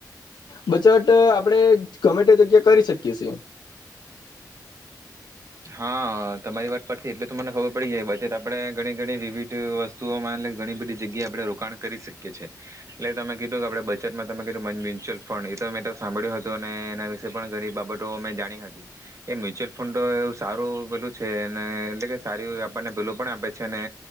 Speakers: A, on the left; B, on the right.
A: બચત આપણે ગમે તે જગ્યા કરી શકીએ છે.
B: હા તમારી વાત પરથી એટલે તો મને ખબર પડી જાય બજેટ આપણે ઘણી ઘણી વિવિધ વસ્તુઓમાં એલે ઘણી બધી જગ્યાએ આપણે રોકાણ કરી શકીએ છીએ. એટલે તમે કીધું કે આપણે બચત માં તમે કીધું મ્યુચ્યુઅલ ફંડ એ તો મે સાંભળ્યું હતું અને એના વિશે પણ ઘણી બાબતો અમે જાણી હતી કે મ્યુચ્યુઅલ ફંડ તો અ સારું પેલું છે ને એટલે કે સારી આપણને પેલું પણ આપે છે અને